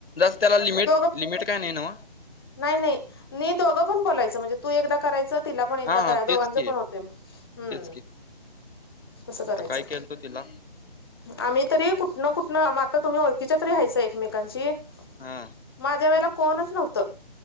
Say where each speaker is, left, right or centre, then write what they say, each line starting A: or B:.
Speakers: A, on the left (about 80°); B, in the centre.
A: त्याला लिमिट
B: दोघं
A: लिमिट काय नाही न्हवं
B: नाही नाही मी दोघं पण बोलायचं म्हणजे तू एकदा करायचं तिला पण एकदा
A: हा
B: करा
A: हा
B: दोघांचे
A: तेच की
B: पण होते हम्म
A: तेच की
B: कसं, करायचं?
A: सकाळी केलतो तिला
B: आम्ही तरी कुठनं - कुठनं, म आता तुम्ही, ओळखीच्या तरी हायसा. एकमेकांचीं.
A: हा.
B: माझ्या वेळेला, कोणच नव्हतं.